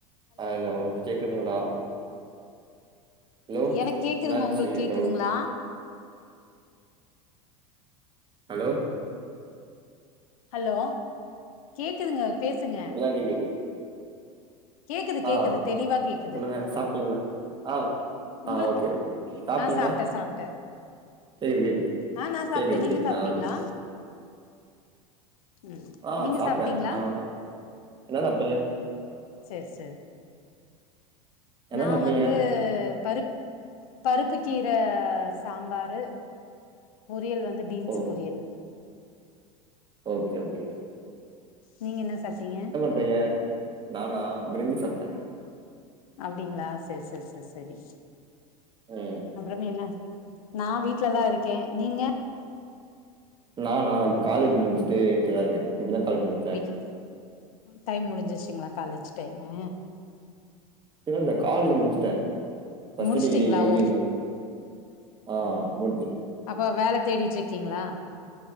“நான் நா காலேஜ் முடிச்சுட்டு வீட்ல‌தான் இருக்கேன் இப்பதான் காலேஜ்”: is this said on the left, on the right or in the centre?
Right